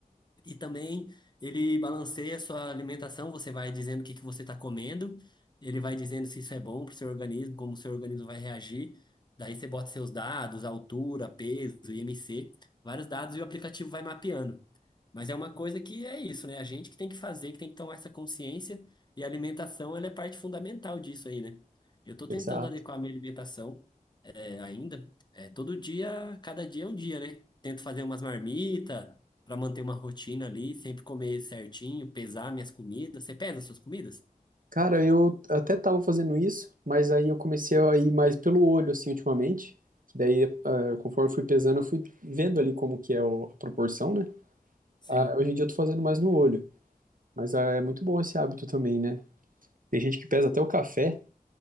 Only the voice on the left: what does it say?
e também ele balanceia a sua alimentação, você vai dizendo o que que você está comendo, ele vai dizendo se isso é bom para o seu organismo, como o seu organismo vai reagir. Daí você bota seus dados, altura, peso, IMC, vários dados e o aplicativo vai mapeando. Mas é uma coisa que é isso, né? A gente que tem que fazer, que tem que tomar essa consciência, e a alimentação, ela é parte fundamental disso aí, né? Eu estou tentando
adequar a minha alimentação é, ainda. É, todo dia, cada dia é um dia, né? Tento fazer umas marmitas para manter uma rotina ali, sempre comer certinho, pesar minhas comidas. Você pesa suas comidas?
Sim,